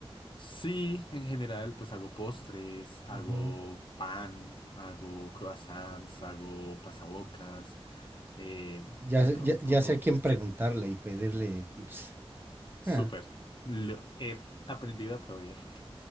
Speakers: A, on the left; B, on the right.
A: Sí, en general, pues hago postres, hago
B: Ujú.
A: pan, hago croissants, hago pasabocas, eh,
B: Ya,
A: de
B: sé-
A: todo
B: ya,
A: un
B: ya
A: poco.
B: sé a quién preguntarle y pedirle tips.
A: Súper.
B: Ja,
A: Lo- He aprendido a probar y error.